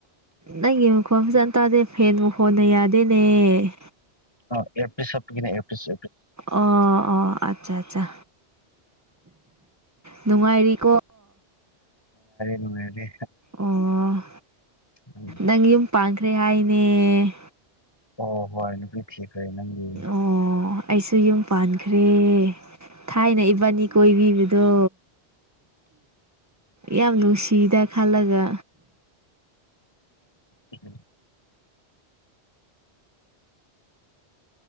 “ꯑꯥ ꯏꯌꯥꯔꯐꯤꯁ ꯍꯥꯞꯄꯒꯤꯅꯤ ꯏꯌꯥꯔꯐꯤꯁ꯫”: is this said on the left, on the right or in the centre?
Left